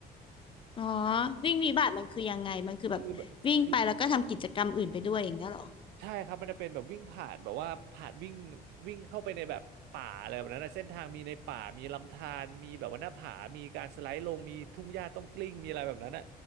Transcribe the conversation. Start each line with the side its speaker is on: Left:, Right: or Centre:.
Left: อ๋อวิ่งวิบัติมันคือยังไงมันคือแบบวิ่งไปแล้วก็ทำกิจกรรมอื่นไปด้วยอย่างเงี้ยเหรอ
Right: <laughs> คือแบบคือ ใช่ครับมันจะเป็นแบบวิ่งผ่านแบบว่าผ่านวิ่งวิ่งเข้าไปในแบบป่าอะไรแบบนั้นนะเส้นทางมีในป่ามีลำธารมีแบบว่าหน้าผามีการสไลด์ลงมีทุ่งหญ้าต้องกลิ้งมีอะไรแบบนั้นอ่ะ